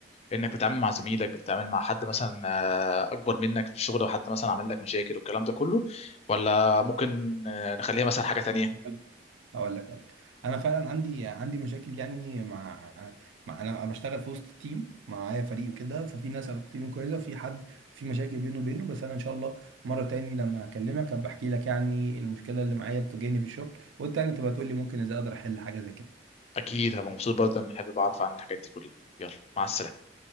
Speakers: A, on the left (about 35°); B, on the right (about 85°).
A: انك بتتعامل مع زميلك بتتعامل مع حد مثلا آه، اكبر منك في الشغل او حد مثلا عامل لك مشاكل والكلام ده كله ولا ممكن آه، نخليها مثلا حاجة تانية
B: بتاعتي اقول لك اقول لك انا فعلا عندي عندي مشاكل يعني مع مع انا بشتغل في وسط التيم معايا فريق وكده ففي ناس علاقتي بيهم كويسه وفي حد في مشاكل بينه وبينه بس انا ان شاء الله مره تاني لما اكلمك هبقى احكي لك يعني المشكله اللي معايا بتواجهني في الشغل وانت يعني تبقى تقول لي ممكن ازاي اقدر احل حاجه زي كده
A: اكيد هبقى مبسوط برضه ان حابب اعرف عن الحاجات دي كلها يلا مع السلامة